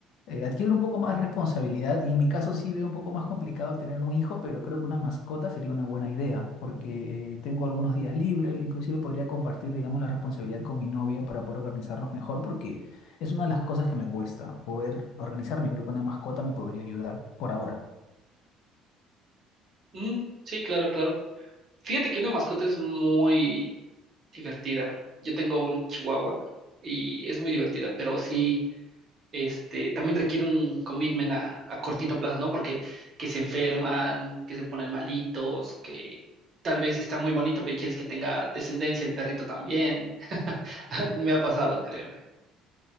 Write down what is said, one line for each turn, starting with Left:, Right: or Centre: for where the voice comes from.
Left: eh, adquirir un poco más responsabilidad y en mi caso sí veo un poco más complicado tener un hijo, pero creo que una mascota sería una buena idea porque eh, tengo algunos días libres, inclusive podría compartir, digamos, la responsabilidad con mi novia para poder organizarnos mejor porque es una de las cosas que me cuesta, poder organizarme, creo que una mascota me podría ayudar por ahora.
Right: Mm, sí, claro, claro. Fíjate que una mascota es muy divertida. Yo tengo un chihuahua y es muy divertida, pero sí, este, también requiere un commitment a, a cortito plazo, ¿no? Porque que se enferman, que se ponen malitos, que tal vez está muy bonito, pero quieres que tenga descendencia el perrito también. <laughs> Me ha pasado, créeme.